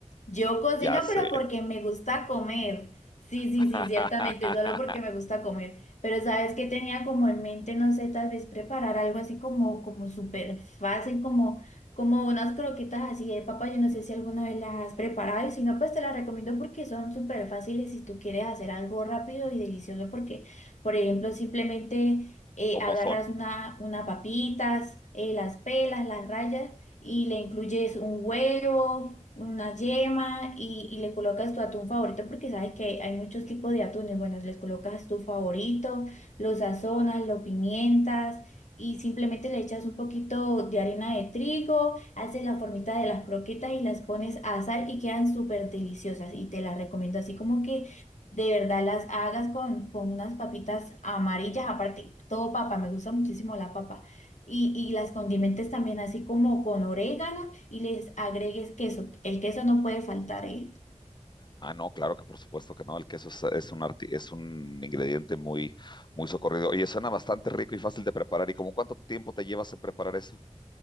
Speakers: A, on the left; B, on the left.
A: Yo cocino,
B: Ya sé,
A: pero porque me gusta comer. Sí, sí,
B: <laughs>
A: sí, ciertamente, solo porque me gusta comer. Pero sabes que tenía como en mente, no sé, tal vez preparar algo así como, como súper fácil, como, como unas croquetas así de papa. Yo no sé si alguna vez las has preparado y si no, pues te las recomiendo porque son súper fáciles si tú quieres hacer algo rápido y delicioso. Porque, por ejemplo, simplemente eh,
B: ¿cómo
A: agarras
B: son?
A: una, una papitas, eh, las pelas, las rayas y le incluyes un huevo una yema y, y le colocas tu atún favorito porque sabes que hay muchos tipos de atunes. Bueno, les colocas tu favorito, lo sazonas, lo pimientas y simplemente le echas un poquito de harina de trigo, haces la formita de las croquetas y las pones a asar y quedan súper deliciosas y te las recomiendo así como que de verdad las hagas con, con unas papitas amarillas, aparte, todo papa, me gusta muchísimo la papa. Y, y las condimentes también así como con orégano y les agregues queso. El queso no puede faltar, ¿eh?
B: Ah, no, claro que por supuesto que no. El queso es, es un, arti- es un ingrediente muy, muy socorrido. Oye, suena bastante rico y fácil de preparar. ¿Y como cuánto tiempo te llevas en preparar eso?